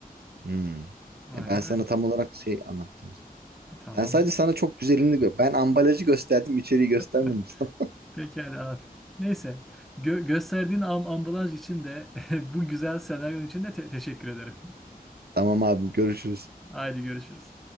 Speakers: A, on the right; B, in the centre.
A: Hmm.
B: Aynen
A: E, Ben sana
B: öyle.
A: tam olarak şey anlattım o zaman.
B: E, Tamam
A: Ben sadece
B: abi.
A: sana çok güzelini gö ben ambalajı gösterdim içeriği göstermedim
B: <laughs>
A: sana.
B: Pekala abi. Neyse. Gö- gösterdiğin am- ambalaj için de <laughs> bu güzel senaryon için de te- teşekkür ederim.
A: <laughs> Tamam abim görüşürüz.
B: Haydi görüşürüz.